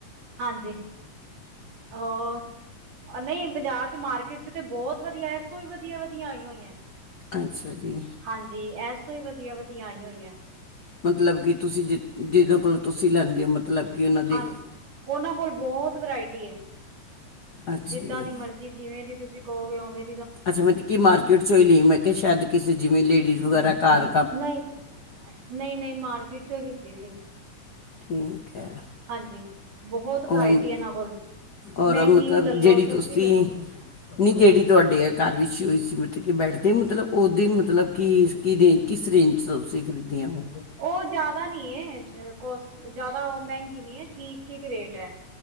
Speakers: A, on the right; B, on the left.
A: ਹਾਂਜੀ ਹੋਰ ਨਹੀਂ ਬਾਜ਼ਾਰ ਚ ਮਾਰਕੀਟ ਚ ਤੇ ਬਹੁਤ ਵਧੀਆ ਇਸੋ ਵੀ ਵਧੀਆ ਵਧੀਆ ਆਈ ਹੋਈਆਂ
B: ਅੱਛਾ ਜੀ
A: ਹਾਂਜੀ ਐਸ ਤੋਂ ਹੀ ਵਧੀਆ ਵਧੀਆ ਆਈ ਹੋਈ ਹੈ
B: ਮਤਲਬ ਕਿ ਤੁਸੀਂ ਜਿ ਜਿਹਦੋਂ ਕੋਲੋਂ ਤੁਸੀਂ ਲੈਂਦੇ ਹੋ ਮਤਲਬ ਕਿ ਉਹਨਾਂ
A: ਹਾਂ
B: ਦੇ
A: ਉਹਨਾਂ ਕੋਲ ਬਹੁਤ ਵਰਾਇਟੀ ਹੈ
B: ਅੱਛਾ
A: ਜਿੱਦਾਂ
B: ਜੀ
A: ਦੀ ਮਰਜ਼ੀ ਜੀ ਜਿਵੇਂ ਵੀ ਤੁਸੀਂ ਕਹੋਗੇ, ਔਵੇਂ
B: ਅੱਛਾ, ਮਤਬ ਕਿ ਮਾਰਕੀਟ ਚੋਂ ਹੀ ਲਈ, ਮੈਂ ਕਿਹਾ ਸ਼ਾਇਦ, ਕਿਸੇ ਜਿਵੇਂ ਲੇਡੀਜ਼ ਵਗੈਰਾ ਕਾਰ
A: ਨਈ, ਨਹੀਂ-ਨਹੀਂ, ਮਾਰਕੀਟ ਚੋਂ ਹੀ ਲਿੱਤੀ ਸੀ।
B: ਠੀਕ ਹੈ,
A: ਹਾਂਜੀ ਬਹੁਤ ਵਰਾਇਟੀ
B: ਔਨ
A: ਇਹਨਾਂ ਕੋਲ
B: ਔਰ
A: ਮਹਿੰਗੀ
B: ਮਤਲਬ
A: ਲੈ ਲਓ
B: ਜੇਹੜੀ
A: ਸਸਤੀ
B: ਤੁਸੀਂ
A: ਲੈ ਲਓ
B: ਨੀ ਜੇਹੜੀ ਤੁਹਾਡੇ ਏ ਘਰ ਵੀਸ਼ੀ ਹੋਈ ਸੀ, ਮਤਲਬ ਕਿ, ਬੈਡ ਤੇ ਮਤਲਬ, ਉਹਦੀ ਮਤਲਬ ਕਿ ਕਿਦੇ, ਕਿਸ ਰੇਂਜ ਚ ਤੁਸੀਂ, ਖਰੀਦਆਂ ਉਹ?
A: ਉਹ ਜਾਦਾ ਨੀ ਏ, ਕੋਸਟ, ਜਾਦਾ ਉਹ ਮਹਿੰਗੀ ਨੀ ਏ, ਠੀਕ-ਠੀਕ ਰੇਟ ਹੈ।